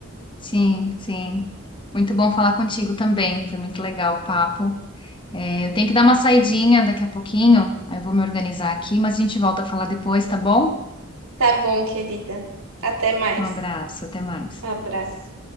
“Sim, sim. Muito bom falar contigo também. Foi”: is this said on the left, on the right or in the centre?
Left